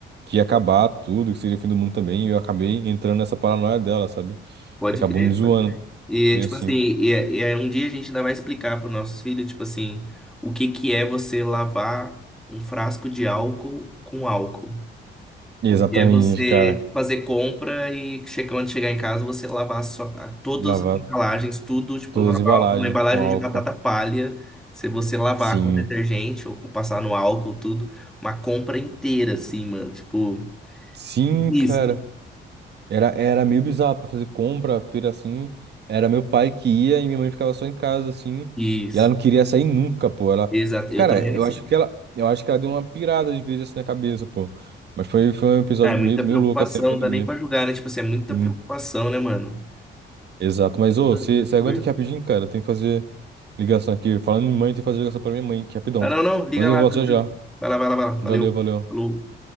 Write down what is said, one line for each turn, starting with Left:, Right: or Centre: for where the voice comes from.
Right: que ia acabar tudo, que seria o fim do mundo também, e eu acabei entrando nessa paranoia dela, sabe?
Centre: Pode
Right: E acabou
Centre: crer,
Right: me zoando,
Centre: pode crer. E,
Right: bem
Centre: tipo
Right: assim.
Centre: assim, e, é, e aí um dia a gente ainda vai explicar para os nossos filhos, tipo assim, o que que é você lavar um frasco de álcool com álcool.
Right: E
Centre: O
Right: exatamente,
Centre: que é você
Right: cara,
Centre: fazer compra e che- quando chegar em casa você lavar só, a- todas
Right: lavar
Centre: as embalagens, tudo, tipo,
Right: todas
Centre: lavar
Right: as embalagens
Centre: uma embalagem
Right: com álcool.
Centre: de batata palha, se você lavar
Right: Sim,
Centre: com detergente ou com passar no álcool, tudo, uma compra inteira, assim, mano, tipo,
Right: sim,
Centre: isso,
Right: cara. Era, era meio bizarro pra fazer compra, feira assim. Era meu pai que ia e minha mãe ficava só em casa assim.
Centre: isso,
Right: E ela não queria sair nunca, pô. Ela,
Centre: exato, eu
Right: cara,
Centre: também
Right: eu
Centre: era assim.
Right: acho que ela, eu acho que ela deu uma pirada de vez assim na cabeça, pô. Mas foi, foi um episódio
Centre: Ah, é muita
Right: meio, meio
Centre: preocupação,
Right: louco assim, a pandemia.
Centre: não dá nem pra julgar, né? Tipo assim, é muita
Right: Sim,
Centre: preocupação, né, mano?
Right: exato. Mas
Centre: Muita
Right: ô, você
Centre: muita
Right: você aguenta
Centre: coisa.
Right: aqui rapidinho, cara? Tem que fazer ligação aqui. Falando em mãe, tem que fazer ligação pra minha mãe, que é rapidão.
Centre: Ah, não, não, liga
Right: Mas eu
Centre: lá,
Right: volto
Centre: tranquilo.
Right: já já.
Centre: Vai lá, vai lá, vai lá. Valeu.
Right: Valeu, valeu.
Centre: Falou.